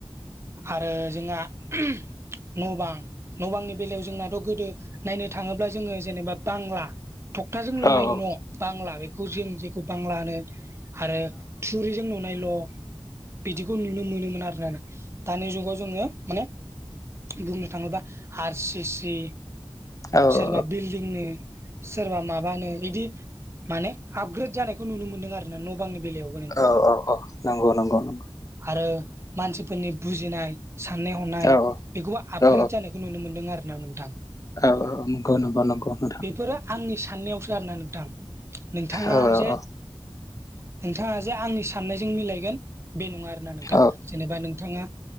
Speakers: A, on the right; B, on the left.
A: आरो जोंहा न' बां न' बांनि बेलायाव जोंनाथ' गोदो नायनो थाङोब्ला जोङो जेनेबा बांला थखथाजों लुनाय
B: औ औ
A: न' बांला बेखौ जों जेखौ बांला होनो आरो थुरिजों नुनायल' बिदिखौ नुनो मोनोमोन आरो ना दानि जुगाव जोङो माने बुंनो थाङोबा आर सि सि
B: औ
A: सोरबा बिल्डिंनो सोरबा माबानो बिदि माने आपग्रेद जानायखौ नुनो मोन्दों आरो ना न' बांनि बेलायाव
B: औ ओ अ नंगौ नंगौ नं
A: आरो मानसिफोरनि बुजिनाय साननाय हनाय
B: औ
A: बेखौबो आपग्रेद
B: औ
A: जानाय खौ नुनो मोनदों आरो ना नोंथां।
B: औ नंगौ नंगौ
A: अ
B: नंगौ नोंथां
A: बेफोरो आंनि साननायावसो आरोना नोंथां नोंथाङा
B: औ औ
A: जे
B: औ
A: नोंथाङा जे आंनि साननायजों मिलायगोन बे नङा आरोना नोंथां
B: औ
A: जेनेबा नोंथाङा